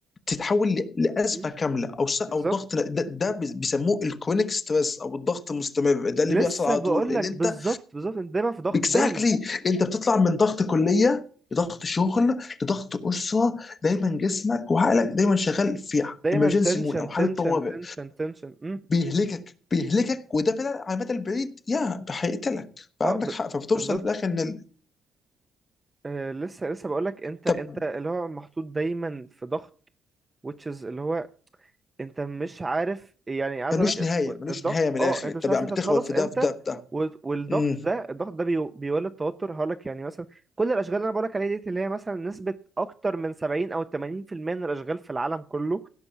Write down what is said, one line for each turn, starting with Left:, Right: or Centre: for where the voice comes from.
Left: تتحول ل- لازمه
Right: مم.
Left: كامله او س- او
Right: بالظبط
Left: ضغط ده, ده بيسموه الكرونيك ستريس او الضغط المستمر ده اللي
Right: لسه
Left: بيحصل على
Right: بقول
Left: طول اللي
Right: لك
Left: انت
Right: بالظبط بالظبط انت دايما في ضغط
Left: اكزاكتلي
Right: دايما
Left: انت بتطلع من ضغط كليه لضغط شغل لضغط اسره دايما جسمك وعقلك دايما شغال في
Right: دايما
Left: ايمرجنسي
Right: تنشن
Left: مود او حاله
Right: تنشن
Left: طوارئ
Right: تنشن تنشن امم
Left: فبيهلكك بيهلكك وده بلا على المدى البعيد يا هيقتلك فعندك
Right: اه ب...
Left: حق فبتوصل
Right: بالظبط
Left: في الاخر ان ال-
Right: آه لسه لسه بقول لك انت
Left: طب
Right: انت اللي هو محطوط دايما في ضغط which is اللي هو انت مش عارف يعني عايز
Left: ملوش
Right: اقول لك
Left: نهايه ملوش
Right: الضغط
Left: نهايه من الاخر
Right: اه انت
Left: انت
Right: مش
Left: بقى
Right: عارف انت
Left: بتخبط
Right: هتخلص
Left: في
Right: امتى
Left: ده في ده في ده
Right: وال- والضغط
Left: امم
Right: ده الضغط ده بيو- بيولد توتر هقول لك يعني مثلا كل الاشغال اللي انا بقول لك عليها ديت اللي هي مثلا نسبة اكتر من 70 او 80% من الاشغال في العالم كله